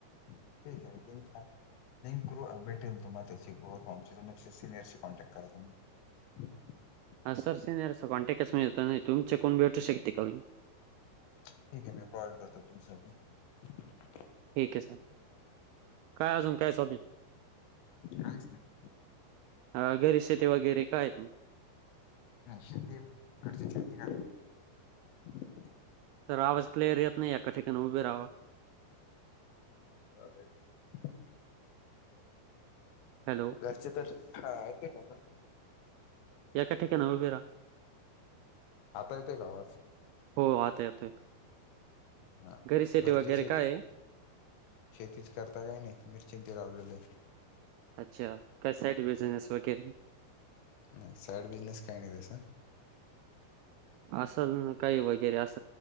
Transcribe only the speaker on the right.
हा सर सिनियर कॉन्टॅक्टच मिळत नाही तुमचे कोण भेटू शकते कावी
<inaudible> ठीक आहे सर काय अजून कायसधी <inaudible>
अ घरीश ते वगैरे काय <inaudible>
तर आवाज क्लिअर येत नाही. एका ठिकाणी उभे रावा.
हॅलो
येका ठिकाणी उभे राहा.
हो आता येतोय
घरी शेती
वगैरे
काय?
अच्छा.. काही साईड बिझनेस वगैरे?
असल काही वगैरे अस?